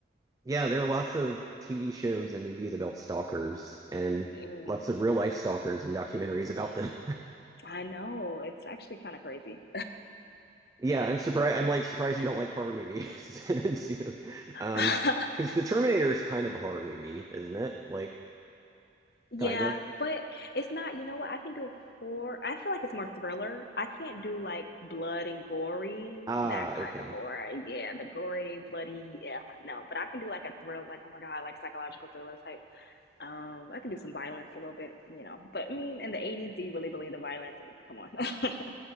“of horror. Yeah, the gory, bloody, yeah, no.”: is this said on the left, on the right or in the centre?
Left